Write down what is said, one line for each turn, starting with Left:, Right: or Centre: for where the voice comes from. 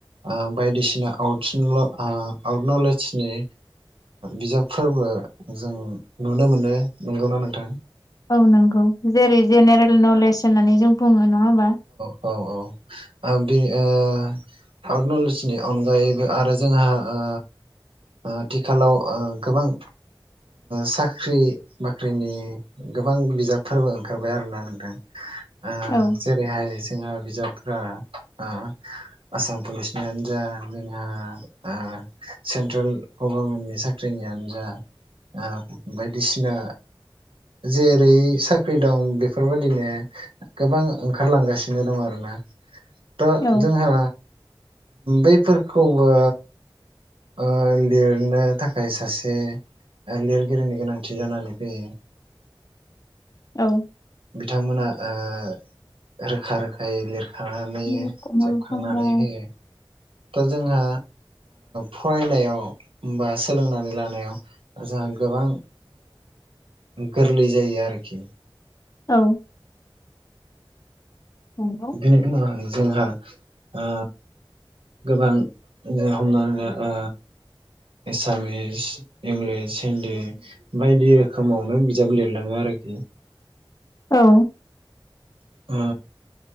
Right: ओ बायदिसिना आउटसनल आउट नलेजनि बिजाबफोरबो जों नुनो मोनो नंगौना नोंथां।
Left: औ नंगौ जेरै जेनेरेल नलेज होननानै जों बुङो नङा होमबा?
Right: औ औ। ओ बे ओ आउट नलेजनि अनगायैबो आरो जोंहा ओ ओ आथिखालाव ओ गोबां साख्रि बाख्रिनि गोबां बिजाबफोरबो ओंखारबाय आरोना नों ओ
Left: औ
Right: जेरैहाय जोंहा बिजाबफ्रा ओ आसाम पुलिसनियानो जा ओ सेन्ट्रेल गभर्मेन्टनि साख्रिनियानो जा ओ दा बायदिसिना जेरै साख्रि दं बेफोरबायदिनो गोबां ओंखारलांगासिनो दं आरोना थ'
Left: औ
Right: जोंहा बैफोरखौ ओ ओ लिरनो थाखाय सासे ओ लिरगिरिनि गोनांथि जानानै फैयो।
Left: औ।
Right: बिथांमोना ओ रोखा रोखायै थानानै
Left: निल कमल
Right: जोबखांनानै
Left: ब्रह्म
Right: होयो ओ दा जोंहा फरायनायाव बा सोलोंनानै लानायाव ओ जोंहा गोबां गोरलै जायो आरखि
Left: औ। नंगौ।
Right: बिनि उनावहाय जोंहा ओ गोबां जों हमनानै ला ओ एसामिस इंलिस हिन्दी बायदि रोखोमावनो बिजाब लिरलाङो आरोखि।
Left: औ।
Right: ओ